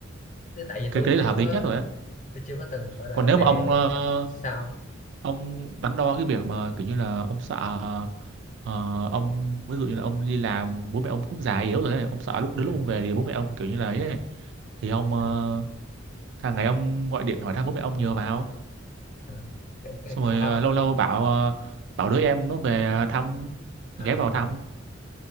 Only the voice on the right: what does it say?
Cái
cái đấy
là hợp
lý nhất rồi ấy.
Còn nếu
mà ông
ờ,
ông đắn đo cái việc mà kiểu như là ông sợ ờ, ông ví dụ như là ông đi làm bố mẹ ông cũng già yếu rồi ấy. Ông sợ lúc
đến lúc ông về thì bố mẹ ông kiểu như là ấy, ấy. thì ông ờ,
hàng ngày ông gọi điện hỏi thăm bố mẹ ông nhờ vào
xong
rồi
ờ, lâu lâu bảo ờ, bảo đứa em nó về thăm
ghé vào thăm